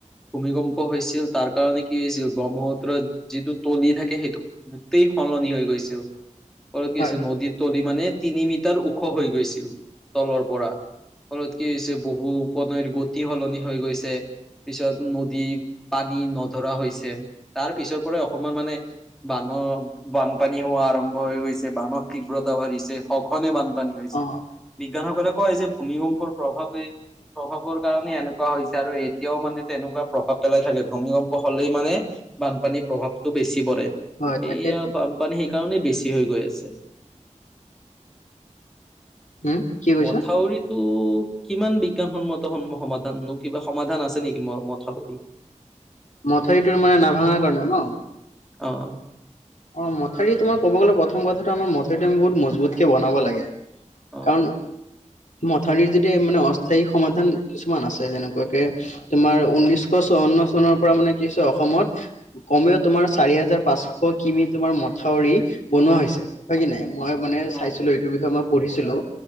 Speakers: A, in the centre; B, on the left.
A: ভূমিকম্প হৈছিল তাৰ কাৰণে কি হৈছিল ব্ৰহ্মপুত্ৰত যিটো তলি থাকে সেইটো গোটই সলনি হৈ গৈছিল ফলত কি
B: হয়
A: হৈছিল নদীৰ তলি মানে তিনি মিটাৰ ওখ হৈ গৈছিল তলৰ পৰা। ফলত কি হৈছে বহু উপনৈৰ গতি সলনি হৈ গৈছে পিছত নদীৰ পানী নধৰা হৈছে তাৰ পিছৰ পৰা অসমৰ মানে বান অ' বানপানী হোৱা আৰম্ভ হৈ গৈছে বানত তীব্ৰতা বাঢ়িছে সঘনে বানপানী হৈছে
B: অ
A: বিজ্ঞানসকলে কয় যে ভূমিকম্পৰ প্ৰভাৱে প্ৰভাৱৰ কাৰণে এনেকুৱা হৈছে আৰু এতিয়াও মানে তেনেকুৱা প্ৰভাৱ পেলাই থাকে ভূমিকম্প হলেই মানে বানপানীৰ প্ৰভাৱটো বেছি পৰে,
B: হয় তাকেইতো
A: এইয়া বানপানী সেইকাৰণেই বেছি হৈ গৈ আছে।
B: উম কি কৈছা
A: মথাউৰিটো কিমান বিজ্ঞানসন্মত সন্ম -সমাধান নো কিবা সমাধান আছে নেকি ম- মথাউৰিৰ?
B: মথাউৰিটোৰ মানে নাভাঙাৰ কাৰণে ন'?
A: অহ
B: অহ, মথাউৰি তোমাৰ ক'ব গ'লে প্ৰথম কথাটো আমাৰ মথাৰিটো আমি বহুত মজবুতকে বনাব লাগে।
A: অ
B: কাৰণ মথাউৰিৰ যেতিয়া মানে অস্থায়ী সমাধান কিছুমান আছে যেনেকুৱাকে তোমাৰ উন্নিশ চুৱান্ন চনৰ পৰা মানে কি হৈছে অসমত কমেও তোমাৰ চাৰি হাজাৰ পাঁচশ কিমি তোমাৰ মথাউৰি বনোৱা হৈছে হয় কি নাই মই মানে
A: অ
B: চাইছিলো এইটোৰ বিষয়ে মই পঢ়িছিলো